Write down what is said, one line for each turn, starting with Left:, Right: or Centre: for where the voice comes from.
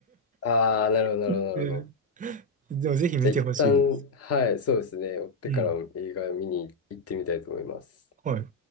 Left: ああ、なるほど、なるほど、
Right: <laughs>
Left: なるほど。
Right: うん。<laughs> でもぜひ見てほしいです。
Left: じゃあ一旦、はい、そうですね。追ってから映画見に行ってみたいと思います。
Right: うん。はい。